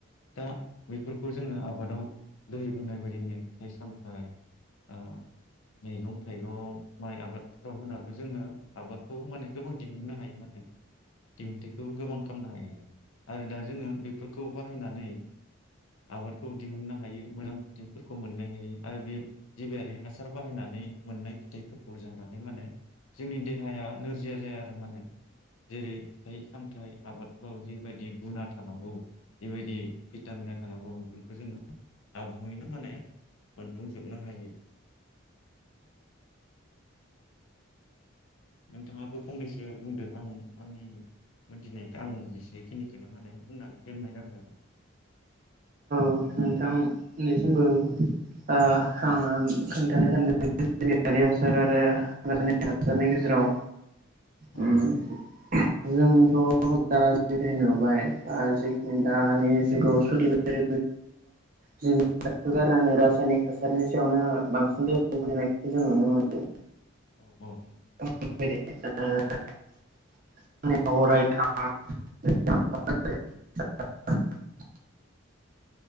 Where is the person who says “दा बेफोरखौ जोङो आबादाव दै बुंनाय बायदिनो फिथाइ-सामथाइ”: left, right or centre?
Left